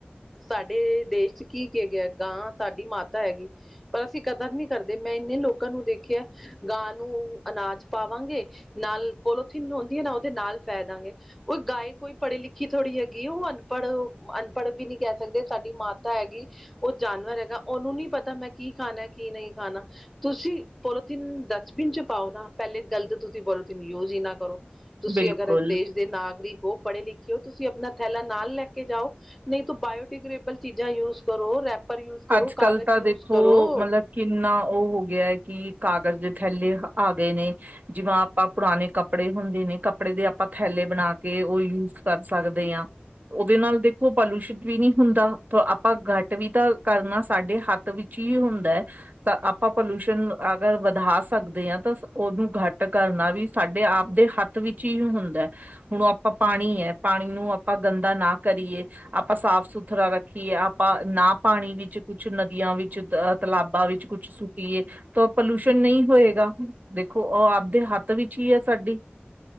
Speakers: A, in the centre; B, on the right.
A: ਸਾਡੇ ਦੇਸ਼ ਚ ਕੀ ਕੇ ਗਿਆ ਗਾਂ ਸਾਡੀ ਮਾਤਾ ਹੈਗੀ ਪਰ ਅਸੀਂ ਕਦਰ ਨੀ ਕਰਦੇ, ਮੈਂ ਇੰਨੇ ਲੋਕਾਂ ਨੂੰ ਦੇਖਿਆ ਗਾਂ ਨੂੰ ਅਨਾਜ ਪਾਵਾਂਗੇ ਨਾਲ ਪੋਲੋਥੀਨ ਹੁੰਦੀ ਹੈ ਨਾ, ਉਹਦੇ ਨਾਲ ਪੈ ਦਾਂਗੇ ਕੋਈ ਗਾਏ, ਕੋਈ ਪੜ੍ਹੇ ਲਿਖੇ ਥੋੜ੍ਹੀ ਹੈਗੀ ਉਹ ਅਨਪੜ੍ਹ, ਅਨਪੜ੍ਹ ਵੀ ਨਹੀਂ ਕਹਿ ਸਕਦੇ ਸਾਡੀ ਮਾਤਾ ਹੈਗੀ ਉਹ ਜਾਨਵਰ ਹੈਗਾ, ਉਹਨੂੰ ਨਹੀਂ ਪਤਾ ਮੈਂ ਕੀ ਖਾਣਾ ਕੀ ਨਹੀਂ ਖਾਣਾ ਤੁਸੀਂ ਪੋਲੋਥੀਨ ਡਸਟਬਿਨ ਚ ਪਾਓ ਨਾ, ਪਹਿਲੇ ਗੱਲ ਤਾਂ ਤੁਸੀਂ ਪੋਲੋਥੀਨ ਯੂਜ ਹੀ ਨਾ ਕਰੋ। ਤੁਸੀਂ
B: ਬਿਲਕੁਲ
A: ਅਗਰ ਦੇਸ਼ ਦੇ ਨਾਗਰਿਕ ਹੋ ਪੜ੍ਹੇ ਲਿਖੇ ਹੋ, ਤੁਸੀਂ ਆਪਣਾ ਥੈਲਾ ਨਾਲ ਲੈ ਕੇ ਜਾਓ, ਨਹੀਂ ਤਾ ਬਾਇਓਡੀਗ੍ਰੇਬਲ ਚੀਜ਼ਾਂ ਯੂਜ ਕਰੋ ਰੈਪ ਪੇਪਰ ਯੂਜ ਕਰੋ,
B: ਅੱਜ
A: ਕਾਗਜ਼
B: ਕੱਲ ਤਾਂ
A: ਯੂਜ
B: ਦੇਖੋ
A: ਕਰੋ।
B: ਮਤਲਬ ਕਿੰਨਾ ਉਹ ਹੋ ਗਿਆ ਹੈ ਕਿ ਕਾਗਜ਼ ਦੇ ਥੈਲੇ ਆ ਗਏ ਨੇ, ਜਿਵੇ ਆਪਾਂ ਪੁਰਾਣੇ ਕੱਪੜੇ ਹੁੰਦੇ ਨੇ ਕੱਪੜੇ ਦੇ ਆਪਾਂ ਥੈਲੇ ਬਣਾ ਕੇ, ਉਹ ਆਪਾਂ ਯੂਜ ਕਰ ਸਕਦੇ ਹਾਂ ਉਹਦੇ ਨਾਲ ਦੇਖੋ ਪੋਲਿਊਸ਼ਨ ਵੀ ਨਹੀਂ ਹੁੰਦਾ, ਆਪਾਂ ਘੱਟ ਵੀ ਤਾਂ ਕਰਨਾ ਸਾਡੇ ਹੱਥ ਵਿੱਚ ਹੀ ਹੁੰਦਾ ਹੈ। ਤਾਂ ਆਪਾਂ ਪੋਲਿਊਸ਼ਨ ਅਗਰ ਵਧਾ ਸਕਦੇ ਹਾਂ ਤਾਂ ਉਹਨੂੰ ਘੱਟ ਕਰਨਾ ਵੀ ਸਾਡੇ ਆਪਦੇ ਹੱਥ ਵਿੱਚ ਹੀ ਹੁੰਦਾ, ਹੁਣ ਆਪਾਂ ਪਾਣੀ ਹੈ ਪਾਣੀ ਨੂੰ ਆਪਾਂ ਗੰਦਾ ਨਾ ਕਰੀਏ, ਆਪਾਂ ਸਾਫ਼ ਸੁਥਰਾ ਰੱਖੀਏ, ਆਪਾਂ ਨਾ ਪਾਣੀ ਵਿੱਚ ਕੁਛ ਨਦੀਆਂ ਵਿੱਚ ਅ ਤਲਾਬਾਂ ਵਿੱਚ ਕੁਛ ਸੁੱਟੀਏ ਤਾਂ ਪੋਲਿਊਸ਼ਨ ਨਹੀਂ ਹੋਏਗਾ, ਦੇਖੋ ਉਹ ਆਪਦੇ ਹੱਥ ਵਿੱਚ ਹੀ ਹੈ ਸਾਡੀ